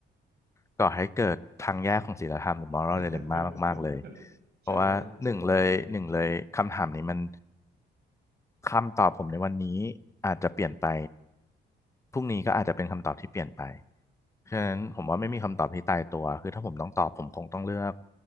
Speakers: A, on the left; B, on the right.
A: ก่อให้เกิดทางแยกของศีลธรรมหรือ moral dilemma
B: <laughs>
A: มากๆเลยเพราะว่าหนึ่งเลยหนึ่งเลยคำถามนี้มัน
B: ใช่ไหมอืม
A: คำตอบผมในวันนี้อาจจะเปลี่ยนไปพรุ่งนี้ก็อาจจะเป็นคำตอบที่เปลี่ยนไปฉะนั้นผมว่าไม่มีคำตอบที่ตายตัวคือถ้าผมต้องตอบผมคงต้องเลือก